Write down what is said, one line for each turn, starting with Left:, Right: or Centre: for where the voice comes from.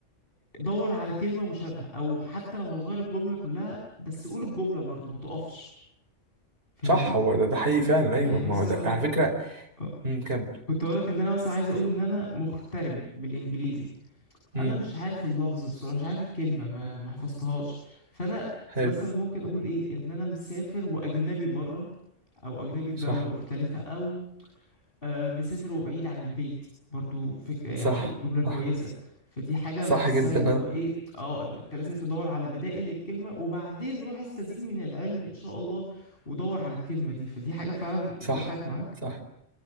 Left: دور على كلمه مشابهه او حتى لو هتغير الجمله كلها بس قول الجمله برضو ما تقفش فاهمني
Right: صح هو ده ده حقيقي فعلا
Left: يعني
Right: ايوه
Left: مثلا
Right: ما هو ده
Left: انا
Right: على فكره
Left: آه،
Right: امم كمل
Left: كنت هقولك ان انا مثلا عايز اقول ان انا مغترب بالانجليزي
Right: امم
Left: انا مش عارف اللفظ بصراحه مش عارف الكلمه ما ما حفظتهاش فانا
Right: حلو
Left: مثلا ممكن اقول ايه ان انا مسافر واجنبي بره او اجنبي في
Right: صح
Left: دوله مختلفه او آه مسافر وبعيد عن البيت برضو فكره يعني
Right: صح
Left: جمله كويسه
Right: صح
Left: فدي حاجه
Right: صح
Left: بحسها
Right: جدا
Left: اللي هو
Right: آه.
Left: ايه اه إن انت لازم تدور على بدائل للكلمه وبعدين روح استزيد من العلم ان شاء الله ودور على الكلمه دي فدي حاجه فعلا
Right: صح
Left: نفعت معاك
Right: صح